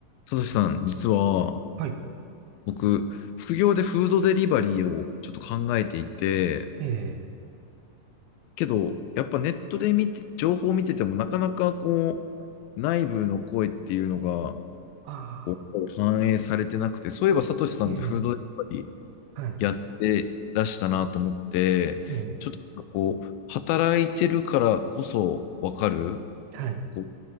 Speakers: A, on the left; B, on the right.
A: さとしさん、実は
B: はい。
A: 僕、副業でフードデリバリーをちょっと考えていて、
B: ええ。
A: けど、やっぱネットで見て、情報を見てても、なかなかこう、内部の声っていうのが
B: あ
A: こう反映されてなくて、そういえばさとしさんってフードデリバリ
B: あ、ええ。はい。
A: ーやってらしたなと思って、
B: ええ。
A: ちょっとなんかこう、働いてるからこそわかる、
B: はい。
A: こ